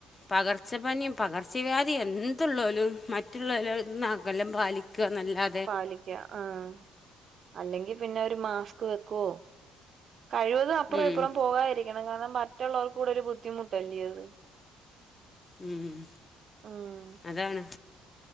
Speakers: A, on the left (about 25°); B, on the right (about 50°).
A: പകർച്ചപ്പനിം പകർച്ചവ്യാധിം എന്തുള്ളോലും മറ്റുള്ളവരിൽ നിന്നകലം പാലിക്കന്നല്ലാ
B: പാലി ക്ക ആഹ് അല്ലെങ്കി പിന്നെ അവര് മാസ്‌ക് വെക്കോ കഴിവ് തും അപ്പറൊം
A: ഉം,
B: ഇപ്പുറൊം പോകാതിരിക്കണം കാരണം മറ്റുള്ളോൽക്ക് കൂടെ ഒരു ബുദ്ധിമുട്ടല്ലിയോ അത്
A: ഉം
B: ഉം
A: അതാണ്